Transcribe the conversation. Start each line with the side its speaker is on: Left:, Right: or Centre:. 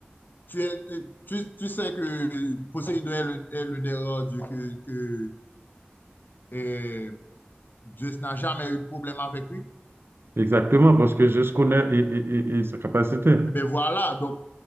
Left: Tu, es, tu, tu sais que Poséidon est l'un est l'un des rares dieux que, que euh, Zeus n'a jamais eu de problème avec lui.
Right: Exactement, parce que je connais et, et- et- et sa capacité,
Left: Eh bien, voilà, donc